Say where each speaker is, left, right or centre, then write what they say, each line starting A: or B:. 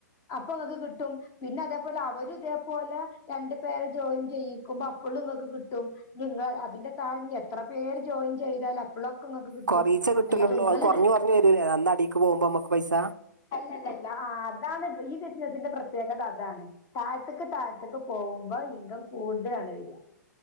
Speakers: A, on the left; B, on the right.
A: അപ്പൊ ഇങ്ങക്ക് കിട്ടും പിന്നെ അതേപോലെ അവര് ഇതേപോലെ രണ്ട് പേരെ ജോയിൻ ചെയ്യും. യ്യുമ്പോ അപ്പോളും നിങ്ങൾക്ക് കിട്ടും നിങ്ങളെ അതിന്റെ താഴ എത്ര പേര് ജോയിൻ ചെയ്താൽ അത അപ്പളൊക്കെ നിങ്ങക്ക് കിട്ടും
B: കൊറീച്ചെ കിട്ടുണൊള്ളൂ
A: അല്ലാതെ ഇങ്ങളിത്
B: അത് കുറഞ്ഞ്കുറഞ്ഞു വരൂല്ലേ നന്ന അടിക്ക് പോക്മ്പോ നമുക്ക് പൈസ.
A: അല്ല അല്ല ആ അതാണ് ഈ ബിസിനസിന്റെ പ്രത്യേകത അതാണ്. താഴത്ത്ക്ക് താഴത്ത്ക്ക് പോകുമ്പോ ഇങ്കം കൂടുതലാണ് വരാ